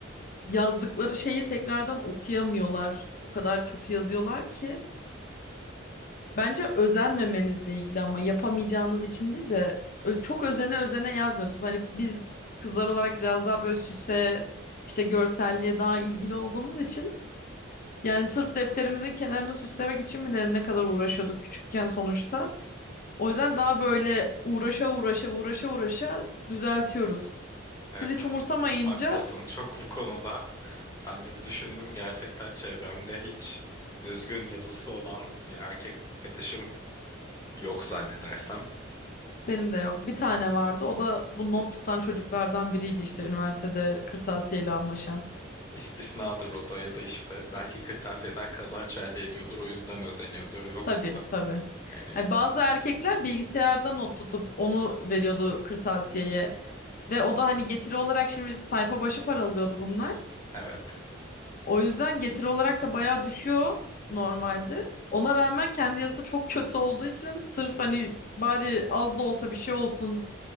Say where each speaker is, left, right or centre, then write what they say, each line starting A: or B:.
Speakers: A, on the left; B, on the left.
A: yazdıkları şeyi tekrardan okuyamıyorlar. O kadar kötü yazıyorlar ki. Bence özenmemenizle ilgili ama yapamayacağınız için değil de ö- çok özene özene yazmıyorsunuz. Hani biz kızlar olarak biraz daha böyle süse, işte görselliğe daha ilgili olduğumuz için yani sırf defterimizin kenarını süslemek için bile ne kadar uğraşıyorduk küçükken sonuçta. O yüzden daha böyle uğraşa uğraşa uğraşa uğraşa düzeltiyoruz.
B: Evet
A: Siz hiç umursamayınca
B: Haklısın çok bu konuda. Ben de bir düşündüm gerçekten çevremde hiç düzgün yazısı olan bir erkek arkadaşım yok zannedersem.
A: Benim de yok. Bir tane vardı. O da bu not tutan çocuklardan biriydi işte üniversitede kırtasiyeyle anlaşan.
B: İstisnadır o da ya da işte belki kırtasiyeden kazanç elde ediyordur o yüzden özeniyordur yoksa
A: Tabii tabii.
B: hani
A: Hani bazı erkekler bilgisayarda not tutup onu veriyordu kırtasiyeye. Ve o da hani getiri olarak şimdi sayfa başı para alıyordu bunlar.
B: evet
A: O yüzden getiri olarak da bayağı düşüyor normalde. Ona rağmen kendi yazısı çok kötü olduğu için sırf hani bari az da olsa bir şey olsun